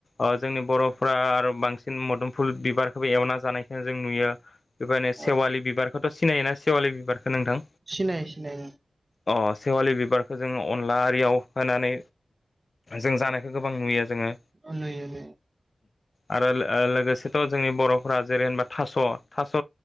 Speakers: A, on the left (about 45°); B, on the right (about 30°).
A: ओ जोंनि बर'फोरा आरो बांसिन मदोमफुल बिबारखौबो एवना जानायखौ जों नुयो। बेबायनो सेवालि
B: औ
A: बिबारखौथ' सिनायोना सेवालि बिबारखौ? नोंथां?
B: सिनायो सिनायो।
A: अ सेवालि बिबारखौ जोङो अनला आरियाव होनानै जों जानायखौ गोबां नुयो। जोङो।
B: ओ नुयो नुयो।
A: आरो लो-लोगोसेथ' जोंनि बर'फोरा जेरै होनबा थास' थास'